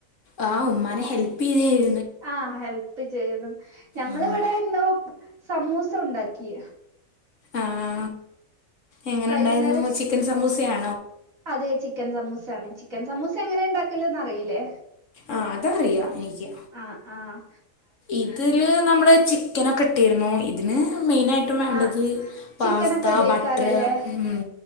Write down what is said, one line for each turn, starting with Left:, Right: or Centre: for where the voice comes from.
Left: ആ ഉമ്മാനെ ഹെൽപെയ്ത
Right: ആ ഹെൽപ്പ് ചെയ്ത് ഞങ്ങളിവിടെ
Left: ആഹ്
Right: ഇന്ന് ഉപ് സമൂസ ഉണ്ടാക്കി
Left: ആ ആ എങ്ങനെ
Right: വൈകുന്നേരം
Left: ഉണ്ടായിരുന്നു ചിക്കൻ സമൂസയാ
Right: അതെ ചിക്കൻ സമൂസാണ് ചി ക്കൻ സമൂസ എങ്ങനെ ഇണ്ടാക്കല്ന്ന് അറിയില്ലേ
Left: ആഹ് അതറിയാം എനിക്ക്
Right: ആഹ് ആഹ്
Left: ഇതില് നമ്മള് ചിക്കനൊക്കെ ഇട്ടിരുന്നു ഇ ഇതിന് മെയ്നായിട്ടും വേണ്ടത്
Right: ആ
Left: പാസ്ത
Right: ചിക്കനൊക്കെ ഇടേക്കാരല്ലേ
Left: ബട്ട്റ് ഉം